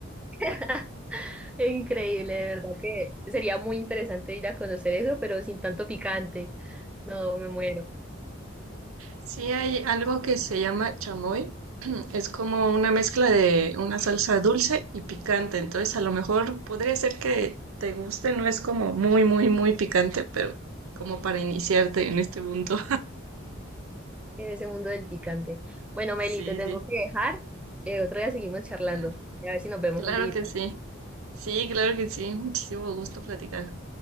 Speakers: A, in the centre; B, on the right.
A: <laughs> Increíble, de verdad que sería muy interesante ir a conocer eso, pero sin tanto picante. No, me muero
B: sí hay algo que se llama chamoy. <clears throat> Es como una mezcla de una salsa dulce y picante. Entonces, a lo mejor podría ser que te guste, no es como muy, muy, muy picante, pero como para iniciarte en este punto.
A: en ese mundo del picante. Bueno, Meli,
B: Sí,
A: te tengo
B: sí.
A: que dejar. Eh, otro día seguimos charlando.
B: Ah,
A: A ver si nos vemos
B: Claro
A: un día.
B: que sí. Sí, claro que sí. Muchísimo gusto platicar.